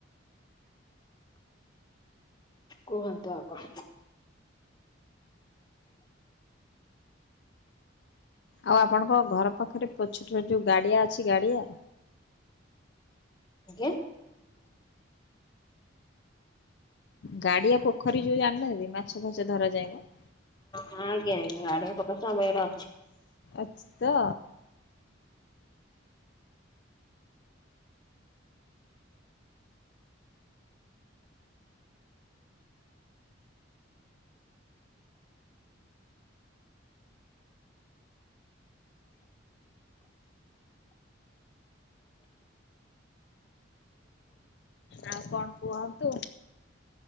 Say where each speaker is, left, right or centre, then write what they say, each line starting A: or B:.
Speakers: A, on the left; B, on the left.
A: କୁହନ୍ତୁ ଆପଣ।
B: ଆଉ ଆପଣଙ୍କ ଘର ପାଖରେ ପଛ ଟରେ ଯୋଉ ଗାଡ଼ିଆ ଅଛି ଗାଡ଼ିଆ।
A: ଆଜ୍ଞା
B: ଗାଡିଆ ପୋଖରୀ ଯୋଉ ଜାଣିନାହାନ୍ତି ମାଛ ଫାଛ ଧରା ଯାଏ ମ।
A: ହଁ ଆଜ୍ଞା ଆଜ୍ଞା ଗାଡିଆ ପୋଖରୀ ତ ଆମ ଏଇରା
B: ଅଛି ତ। ଆଉ କଣ କୁହନ୍ତୁ?